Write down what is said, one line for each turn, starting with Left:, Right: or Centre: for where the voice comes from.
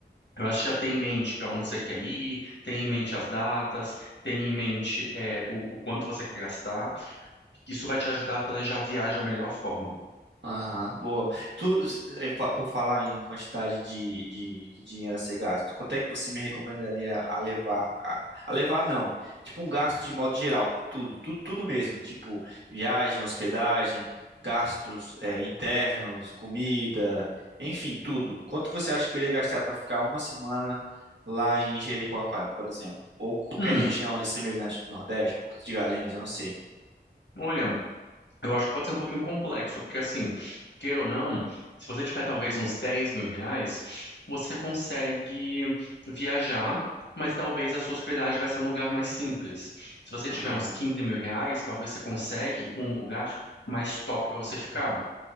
Left: eu acho que já tem em mente para onde você quer ir, tem em mente as datas, tem em mente é, o, o quanto você quer gastar. Isso vai te ajudar a planejar a viagem da melhor forma.
Right: Aham, boa. Tu, eh, fa- por falar em quantidade de, de, de dinheiro a ser gasto, quanto é que você me recomendaria a levar? A, a levar não, tipo um gasto de modo geral, com tudo, tudo, tudo mesmo, tipo viagem, hospedagem, gastos, eh, internos, comida, enfim, tudo. Quanto você acha que eu iria gastar para ficar uma semana lá em Jericoacoara, por exemplo? Ou qualquer
Left: Hum,
Right: região ali semelhante do Nordeste, Porto de Galinhas, eu não sei.
Left: olha. Eu acho que pode ser um pouquinho complexo, porque assim, queira ou não, se você tiver talvez uns dez mil reais, você consegue viajar, mas talvez a sua hospedagem vai ser um lugar mais simples. Se você
Right: Aham,
Left: tiver uns quinze mil reais, talvez você consegue um lugar mais top para você ficar.